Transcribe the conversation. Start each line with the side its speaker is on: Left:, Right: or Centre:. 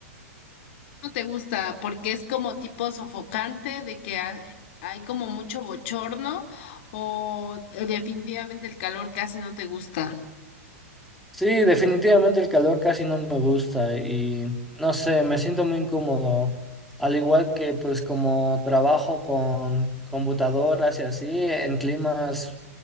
Left: No te gusta porque es como tipo sofocante de que ha- hay como mucho bochorno o eh, definitivamente el calor casi no te gusta.
Centre: Sí, definitivamente el calor casi no me gusta y no sé, me siento muy incómodo. Al igual que pues como trabajo con computadoras y así, en climas